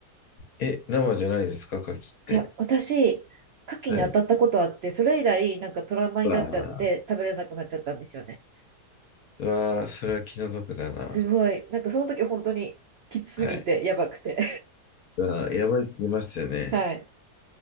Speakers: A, on the left (about 65°); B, on the right (about 85°).
A: え、生じゃないですか、牡蠣って。
B: いや、私、牡蠣に当たったことあって、
A: はい。
B: それ以来なんかトラウマになっちゃって食べれなくなっちゃったんですよね。
A: うわあ、うわあ、それは気の毒だな。
B: すごい。なんかその時本当にきつすぎて、
A: はい。
B: やばくて。
A: うわあ、やばいって言いますよね。
B: <laughs> はい。